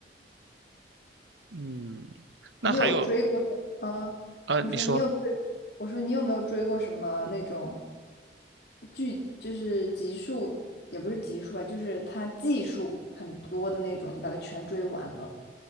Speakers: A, on the right; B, on the left.
A: 嗯，那还有，
B: 你有追过什？嗯我说你有追，
A: 呃，你说，
B: 我说你有没有追过什么那种剧，就是集数，也不是集数吧，就是它季数很多的那种，你把它全追完了。